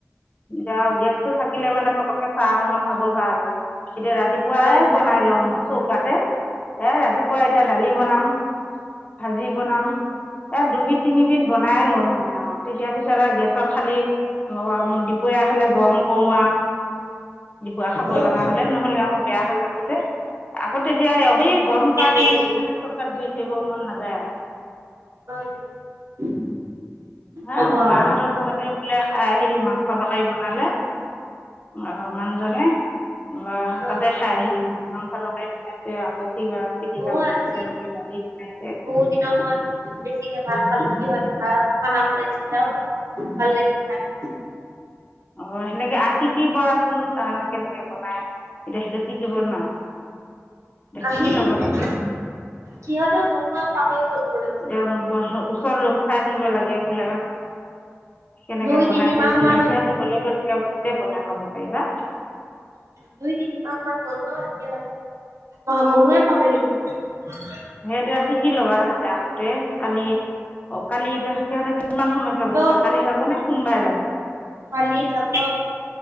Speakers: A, on the left; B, on the right.
A: এতিয়া গেছটো থাকিলে মানে পতকে চাহ অকমান খাব ভাল। এতিয়া ৰাতিপুৱাই
B: সেইটোৱে
A: বনাই লো মই চৌকাতে। এ ৰাতিপুৱা এতিয়া দালি বনাম, ভাজি বনাম, এ দুবিধ তিনিবিধ বনাই লওঁ মানে আৰু তেতিয়া পিছত আৰু গেছত খালি উম দুপৰীয়া হ'লে গম কৰো আউ। দিপৰীয়া খাব
B: হয়
A: লগা হ'লে, নহ'লে আকৌ বেয়া হৈ যাব যে। আকৌ তেতিয়া সেই গৰম
B: নেকি
A: কৰা খিনি কাৰণে চৌকাত জুই ধৰিব মন নাযায় আৰ।
B: <unintelligible>
A: হা
B: হ'ব আৰু
A: মাহঁতৰ
B: এতিয়া
A: ঘৰতে বোলে খাই আহিল মাংস তৰকাৰি বনালে অ মানুহজনে বা
B: অ
A: তাতে খাই আহিল মানে মাংস তৰকাৰী বনাইছে আকৌ কিবা পিটীকা
B: মইও
A: বনাই
B: আজি
A: তাতে বোলে দালি বনাইছে
B: <inaudible> বেছিকে ভাত খালে কি হয় <unintelligible> বনাইছিলে আৰু ভাল লাগিল খাই।
A: অ সেনেকে আকৃতিবোৰ কোন তাহানে কেনেকে বনাই, এতিয়া সেইটো শিকিব <unintelligible> এতিয়া
B: আমি
A: শিকি
B: সিহঁতেও
A: ল'ব লাগে
B: বনোৱা পাহৰি গ'ল বোলে।
A: <unintelligible> কেনেকে
B: দুই
A: বনাইছে
B: তিনি মাহ
A: কি
B: মান
A: নাই, সিহঁতি গ'লে গৈ তেতিয়া নিজেই বনাই খাব পাৰিবা।
B: দুই-তিনিমাহ মান হ'ল ন <unintelligible> অ বনোৱাই পাহৰি থাকিলোঁ।
A: সেইটোৱে শিকি লোবা তাহালে আহোঁতে কালি অ কালি এতিয়া সিহঁতে কিমান সময়ত যাব
B: চব
A: কালি যাব নে সোমবাৰে যাব?
B: কালি যাব।